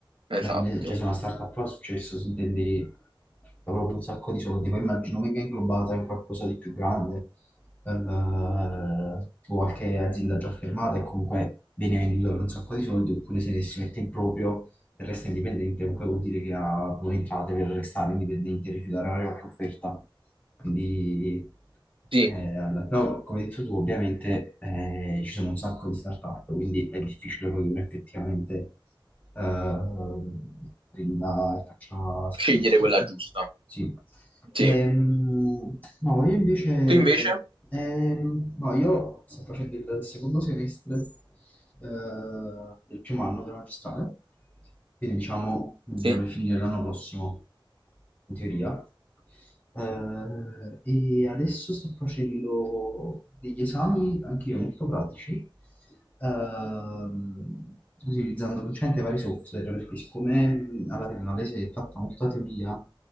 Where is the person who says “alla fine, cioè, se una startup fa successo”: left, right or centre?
Left